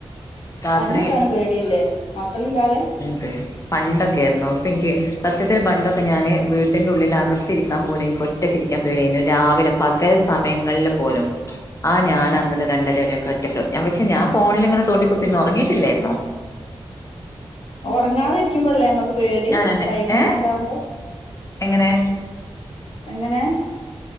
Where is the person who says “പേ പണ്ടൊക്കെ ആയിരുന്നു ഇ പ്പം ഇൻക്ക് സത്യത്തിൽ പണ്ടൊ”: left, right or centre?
Left